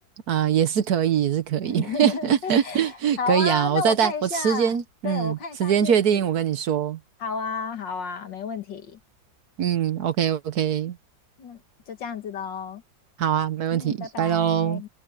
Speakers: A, on the right; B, on the left.
A: 啊、呃也是可以，也是可以，
B: <laughs>
A: <laughs>
B: 好啊，
A: 可以啊，
B: 那我看一下，
A: 我再带我时间，
B: 对，
A: 嗯，
B: 我看一下日子。
A: 时间确定，我跟你说，
B: 好啊，好啊，没问题。
A: 嗯，OK OK，
B: 那就这样子喽。
A: 好啊，没问题，
B: 嗯，拜拜。
A: 拜喽。